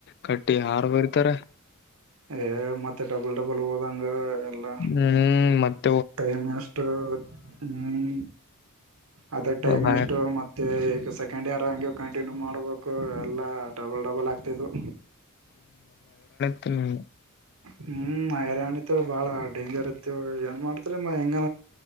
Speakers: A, on the left; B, on the right.
A: ಕಟ್ಟಿ ಯಾರ್ ಬರಿತಾರೆ.
B: ಏ ಮತ್ತೆ ಡಬಲ್ ಡಬಲ್ ಓದಂಗ. ಎಲ್ಲ
A: ಹ್ಮ್ ಮತ್ತ.
B: ಟೈಮ್ ಎಷ್ಟು ಹ್ಮ್ ಅದ ಟೈಮ್
A: ಅಲ್ಲ.
B: ಎಷ್ಟು ಮತ್ತೆ. ಸೆಕೆಂಡ್ ಇಯರ್ ಹಂಗೆ ಕಂಟಿನ್ಯೂ ಮಾಡ್ಬೇಕು ಎಲ್ಲಾ. ಹಾ ಡಬಲ್ ಡಬಲ್ ಆಗ್ತಿದ್ವು.
A: ತಿ <unintelligible>
B: ಹ್ಮ ಹೈರಾಣಿತ್ತದ ಬಾಳ ಡೇಂಜರ್ ಇತ್ತವ್ ಏನ್ ಮಾಡ್ತರಿ ಮ ಹೆಂಗ